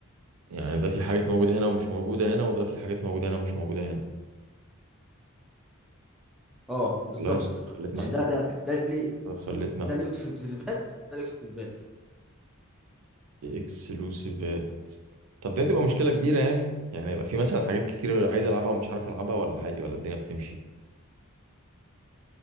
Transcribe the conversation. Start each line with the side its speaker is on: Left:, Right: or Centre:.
Right: يعني ده في حاجات موجودة هنا ومش موجودة هنا وده في حاجات موجودة هنا ومش موجودة هنا
Centre: اه بالظبط
Right: والله بس خلتنا
Centre: يعني
Right: أحتار
Centre: ده ده ده ليه
Right: خلتنا
Centre: ده
Right: أحتار
Centre: ليه اكسكلوزيفات ده ليه اكسكلوزيفات
Right: إكسلوسيفات طب دي هتبقى مشكلة كبيرة يعني يعني يبقى في مثلا حاجات كتير عايز ألعبها ومش عارف ألعبها ولا عادي ولا الدنيا بتمشي